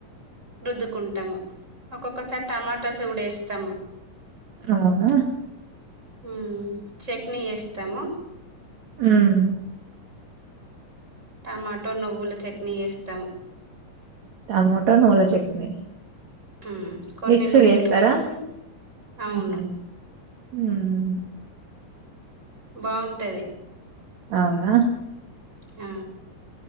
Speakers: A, on the right; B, on the right.
A: రుద్దుకుంటము ఒక్కొక్కసారి టమాటోస్కుడేస్తాము
B: అవ్నా
A: ఉహ్ చెక్ని ఏస్తము
B: ఉమ్
A: టమాటో నువ్వుల చట్నీ చేస్తం
B: టమటో నువ్వుల చట్నీ
A: ఉమ్, కొన్ని
B: మిక్స్డు
A: నువ్వులు
B: ఏస్తరా
A: వేసి అవును
B: హుహ్ ఉమ్
A: బావుంటది
B: ఔనా
A: ఆ